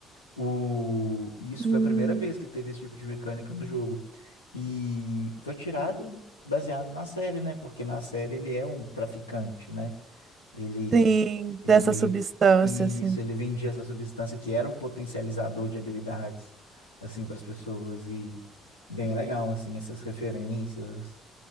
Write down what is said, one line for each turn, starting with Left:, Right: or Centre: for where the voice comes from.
Left: O... e Isso
Right: Hum.
Left: foi a primeira vez que teve esse tipo de mecânica no jogo. E foi tirado baseado na série, né? Porque na série ele é um traficante, né? Ele,
Right: Sim,
Left: ele
Right: dessa
Left: meio
Right: substância,
Left: que. Isso,
Right: assim.
Left: ele vendia essa substância que era um potencializador de habilidades, assim, para as pessoas. E bem legal, assim, essas referências.